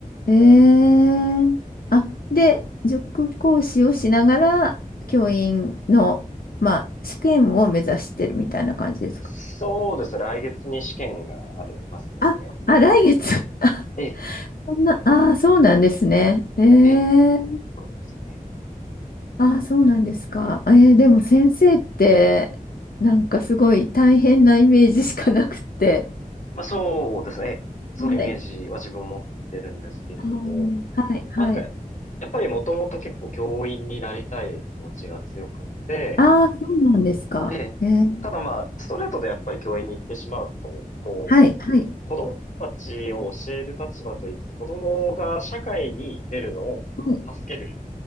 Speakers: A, on the left; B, on the left.
A: ええあ、で、塾講師をしながら教員の、まあ、試験を目指してるみたいな感じですか
B: そうですね。来月に試験がありますので、
A: あ、あ、来月。<laughs>
B: ええ、
A: そんな、ああ、そうなんですね。ええ
B: ええ、ところですね。
A: ああ、そうなんですか。ええでも先生って、なんかすごい大変なイメージしかなくって。
B: まあ、そうですね。ええ、そのイメージは自分持ってるんですけれども、
A: はい。あーはい、はい。
B: まあ、なんか、やっぱりもともと結構教員になりたい気持ちが強くって、
A: ああ、そうなんですか。
B: ええ、
A: ええ
B: ただまあ、ストレートでやっぱり教員に行ってしまうと、こう、
A: はい、はい、
B: 子供たちを教える立場と言いつつ、子供が社会に出るのを助ける
A: はい、